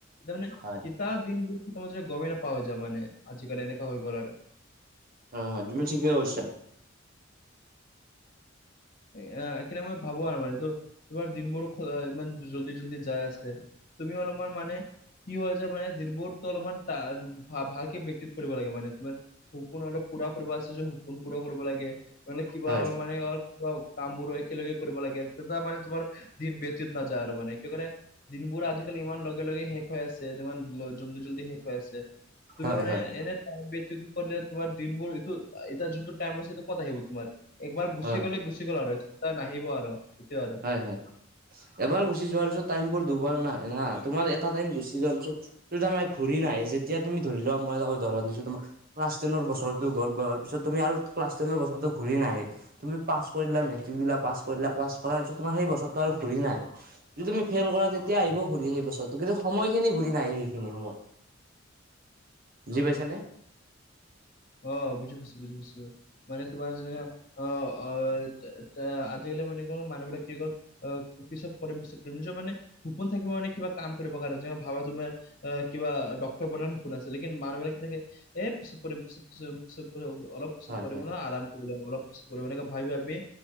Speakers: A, on the left; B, on the right.
A: তামানে
B: হয়
A: কেতিয়া দিনবোৰ গমে নাপাওঁ যে মানে আজিকালি এনেকে হৈ গ'ল আৰু
B: অ হয় তুমি ঠিকে কৈছা
A: এ এইখিনি সময় ভাবো আৰু মানে তো তোমাৰ দিনবোৰ ইমান জল্দি জল্দি যায় আছে তুমিও অলপমান মানে কি হয় যে মানে দিনবোৰতো অলপমান তা ভালকে পেকটিচ কৰিব লাগে মানে তোমাৰ সপোন অলপ পূৰা কৰিব আছে সপোন পূৰা কৰিব লাগে নহলে কিবা
B: হয়
A: অ মানে অ অলপ কাম বোৰো একেলগে কৰিব লাগে তেতিয়া মানে তোমাৰ দিন ব্যতিত নাযায় আৰু মানে কি কৰে দিনবোৰ আজিকালি ইমান লগে লগে শেষ হৈ আছে ইমান জল্দি জল্দি শেষ হৈ আছে তুমি
B: হয়
A: মানে
B: হয়
A: এনে তাৰ ব্যতি কৰিলে তোমাৰ দিনবোৰ এইটো এতিয়া যোনটো টাইম আছে ক'ত আহিব তোমাৰ একবাৰ গুচি
B: হয়
A: গ'লে গুচি গল আৰু নাহিব আৰু সেইটোৱে আৰু
B: হয় হয় এবাৰ গুচি যোৱাৰ পিছত টাইমবোৰ দুবাৰ নাহে না তোমাৰ এটা টাইম গুচি যোৱাৰ পিছত ত তাৰমানে ঘূৰি নাহে যেতিয়া তুমি ধৰি ল মই এটা ধৰণ দিছো তোমাক ক্লাছ টেনৰ বছৰতো গল যোৱাৰ পিছত তুমি আৰু ক্লাছ টেনৰ বছৰতো ঘূৰি নাহে তুমি পাছ কৰিলা মেট্ৰিক দিলা পাছ কৰিলা পাছ কৰাৰ পিছত তোমাৰ সেই বছৰতো আৰু ঘূৰি নাহে যদি তুমি ফেইল কৰা তেতিয়া আহিব ঘূৰি সেই বছৰটো কিন্তু সময়খিনি ঘূৰি নাহে সেইখিনি সময় বোজি পাইছা নে
A: অ বুজি পাইছো বুজি পাইছো মানে তোমাৰ যেনেকা অ অ আজিকালি মানে কি হল মানুহবিলাক কি কল অ পিছত কৰিম পিছত কৰিম নিজৰ মানে গুপন থাকিব মানে কিবা কাম কৰিবৰ কাৰণে যেনে ভাবা তোমাৰ আহ কিবা ডক্তৰ বনোৱাৰ সপোন আছিলে কিন্তু মানুহবিলাকে কৈ থাকে এ পিছত কৰিম পিছত কৰিম পিছত কৰিম অলপ পিছত
B: হয়
A: কৰিম
B: হয়
A: না আৰাম কৰি অলপ পিছত কৰিম এনেকা ভাবি ভাবি